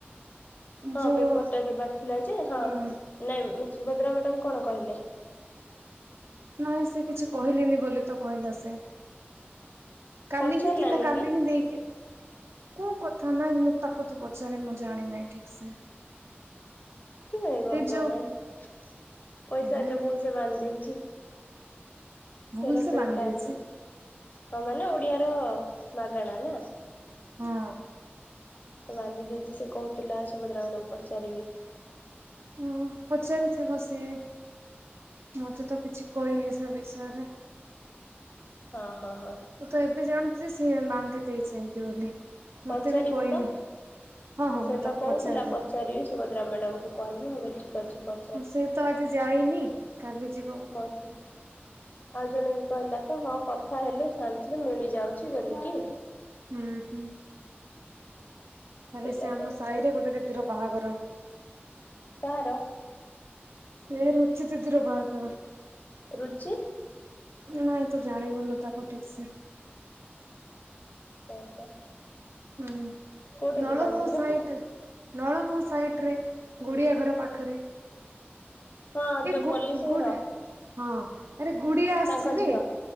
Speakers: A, on the left (about 45°); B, on the right (about 75°).
A: ହଁ
B: ଯୋଉ
A: ପେପରଟା ଦେବାର ଥିଲା ଯେ ହଁ
B: ହୁଁ
A: ନାଇଁ ସୁଭଦ୍ରା ମ୍ୟାଡାମ କଣ କହିଲେ?
B: ନାଇଁ ସେ କିଛି କହିଲେନି ବୋଲି ତ କହିଲା ସେ। କାଲି
A: ପଚାରିଲାନି
B: ହିଁ ଥିଲା କାଲି
A: କି?
B: ହିଁ ଦେଇକି କୋଉ କଥା ନାଇଁ ମୁଁ ତାକୁ ତୁ ପଚାରେ ମୁଁ ଜାଣିନାହିଁ ଠିକସେ।
A: ହେ ଭଗବାନ
B: ଯୋଉ
A: ପଇସା
B: କେଜାଣି
A: ଯେ ଭୁଲସେ ବାନ୍ଧି ଦେଇଛି।
B: ଭୁଲ
A: ତେରଶ
B: ସେ ବାନ୍ଧି
A: ଏକାଅଶି
B: ଦେଇଛି
A: ହଁ ମାନେ ଓଡ଼ିଆର ମାଗେଣା ନା।
B: ହଁ।
A: ତ ବାନ୍ଧି ଦେଇଚି ସେ କହୁଥିଲା ସୁଭଦ୍ରା ମ୍ୟାଡାମଙ୍କୁ ପଚାରିବି।
B: ଓ ପଚାରିଥିବ ସିଏ ମତେ ତ କିଛି କହିନି ସେ ବିଷୟରେ।
A: ହଁ ହଁ ହଁ।
B: ମୁଁ ତ ଏବେ ଜାଣୁଚି ଯେ ସିଏ ବାନ୍ଧି ଦେଇଛନ୍ତି ବୋଲି।
A: ପଚାରିବୁ
B: ମତେ ବି କହିନି
A: ତ
B: ହଁ
A: ତ
B: ହଁ
A: ସେଦିନ
B: ମୁଁ ତାକୁ
A: କହୁଥିଲା
B: ପଚାରିଦେ
A: ପଚାରିବି ସୁଭଦ୍ରା ମ୍ୟାଡାମଙ୍କୁ କହିବି ମୁଁ କହିଲି ଠିକ୍ ଅଛି କ
B: ହଁ ସେ ତ ଆଜି ଯାଇନି କାଲି ଯି
A: ମତେ ଆଉ ଜଣେ ବି କହିଲା ତ ହଁ କଥା ହେଲେ ସାମ୍ସରେ ମିଳିଯାଉଛି ବୋଲିକି।
B: ହୁଁ ହୁଁ। କାଲି
A: ସେଇଟା
B: ସେ ଆମ
A: ପାଇଁ
B: ସାଇରେ ଗୋଟେ ଦିଦିର ବାହାଘର।
A: କାହାର?
B: ସେ ରୁଚି ଦିଦିର ବାହାଘର।
A: ରୁଚି?
B: ନାଇଁ ତୁ ଜାଣିବୁନୁ ତାକୁ ଠିକସେ।
A: ଓହୋ।
B: ହୁଁ
A: କୋଉଠି
B: ନଳକୂଅଁ
A: କି ତାଙ୍କ ଘର
B: ସାଇଟ୍ ନଳକୂଅଁ ସାଇଟରେ ଗୁଡିଆ ଘର ପାଖରେ।
A: ହଁ
B: ଏ
A: ଯୋଉ
B: ଗୁ-ଗୁଡ
A: ପୋଲିସ ଘର।
B: ହଁ ଆରେ ଗୁଡିଆ ଆସଚି
A: ତାଙ୍କ ଝିଅ
B: ରେ।